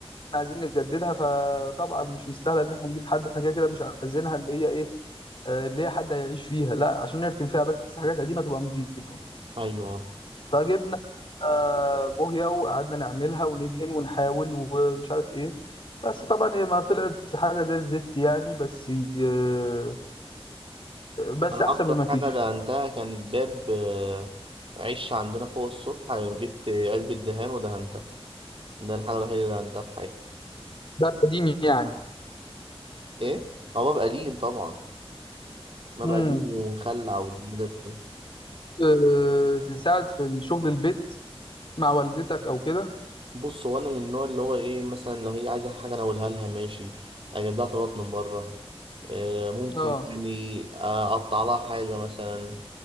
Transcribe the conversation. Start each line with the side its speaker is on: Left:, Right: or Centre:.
Left: فعايزين نجددها فطبعا مش مستاهلة إن إحنا نجيب حد إحنا كده كده مش عايزينها اللي هي إيه آه، اللي هي حد هيعيش فيها لا عشان نركن فيها بس حاجات قديمة تبقى نظيفة
Right: ايوه
Left: فجبنا آه، بوهية وقعدنا نعملها وندهن ونحاول ومش عارف إيه بس طبعا هي ما طلعت حاجة زي الزفت يعني بس آه، بس
Right: انا
Left: أحسن
Right: اكتر
Left: مما فيش
Right: حاجه دهنتها كانت باب آه، عش عندنا فوق السطح جبت علبه دهان ودهنتها ده الحاجه الوحيده اللي دهنتها في حياتي
Left: ده قديم يعني
Right: ايه هو باب قديم طبعا باب
Left: امم
Right: قديم ومخلع والدنيا زي الفل.
Left: آه، تساعد في الشغل البيت مع والدتك او كده
Right: بص هو انا من النوع اللي هو ايه مثلا لو هي عايزه حاجه انا اقولها لها ماشي اجيب لها طلبات من بره آه، ممكن
Left: اه
Right: يعني آه، اقطع لها حاجه مثلا